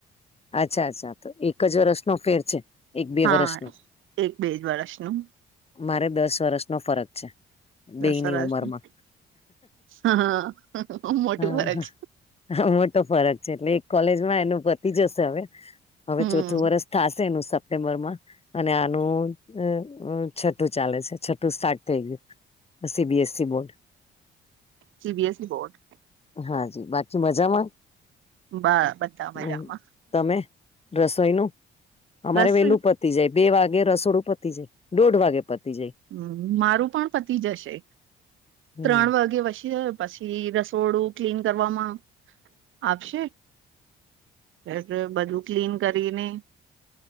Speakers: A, on the left; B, on the right.
A: અચ્છા અચ્છા તો એક જ <unintelligible> ફેર છે. એક બે
B: હા
A: વર્ષનો
B: એક બેજ વર્ષનું.
A: મારે દસ વર્ષ નો ફરક છે. બેની
B: દસરા
A: ઉમરમાં
B: છે. હા મોટું
A: હા
B: ફરક છે
A: હ મોટો ફરક છે, એટલે એક કોલેજમાં એનું પતી જશે હવે હવે
B: હમ
A: ચોથું વર્ષ. થશે એનું સપ્ટેમ્બરમાં અને આનું <unintelligible> ચાલે છે <unintelligible> સ્ટાર્ટ થઈ ગયું સીબીએસસી બોર્ડ.
B: CBS <unintelligible> board.
A: હા જ બાકી મજામાં
B: બા બધા મજામાં
A: હ તમે. રસોઈ નું અમારે
B: બસ
A: વેલું પતી જાય. બે વાગે રસોડું પતી જાય દોઢ વાગે પતી જાય.
B: હમ મારું પણ પતિ જશે
A: હમ
B: ત્રણ વાગે પછી. પછી રસોડું ક્લીન કરવામાં આવશે. એ બધું ક્લીન કરીને.